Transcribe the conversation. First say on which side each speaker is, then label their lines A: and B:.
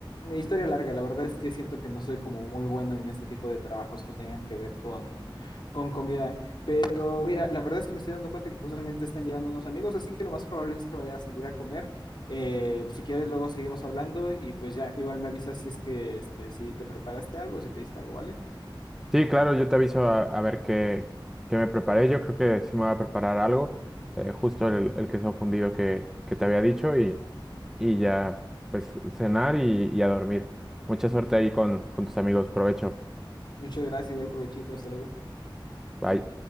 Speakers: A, on the left (about 60°); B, in the centre.
A: historia larga, la verdad es que siento que no soy como muy bueno en este tipo de trabajos que tengan que ver con, con comida, pero mira, la verdad es que me estoy dando cuenta que justamente están llegando unos amigos, así que lo más probable es que vaya a salir a comer. Eh, si quieres, luego seguimos hablando y pues ya igual me avisas si es que este, si te preparaste algo, si pediste algo, ¿vale?
B: Sí, claro, yo te aviso a, a ver qué, qué me preparé. Yo creo que sí me voy a preparar algo, eh, justo el, el queso fundido que, que te había dicho y, y ya pues cenar y, y a dormir. Mucha suerte ahí con, con tus amigos, provecho.
A: Muchas gracias, igual provechito, hasta luego.
B: Bye.